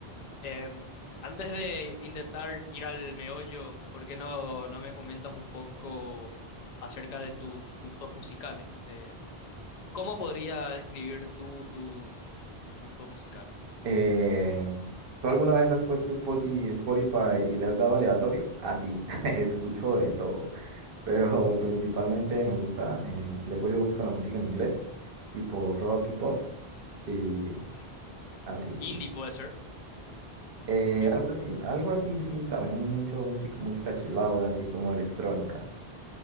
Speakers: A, on the left; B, on the right.
A: Em, antes de intentar ir al meollo, ¿por qué no, no me comentas un poco acerca de tus gustos musicales? Eh, ¿cómo podría describir tú tus, tus, tus gustos musicales?
B: Eh, ¿tú alguna vez has puesto Spoti- Spotify y le has dado aleatorio? Ah, sí, <laughs> escucho de todo, pero principalmente me gusta, eh, le he cogido gusto a la música en inglés, tipo rock y pop, y pues,
A: Ujú.
B: así,
A: Indie
B: sí.
A: puede ser
B: Eh,
A: también,
B: algo así, algo así, sí, también mucho música, música chill out, así como electrónica.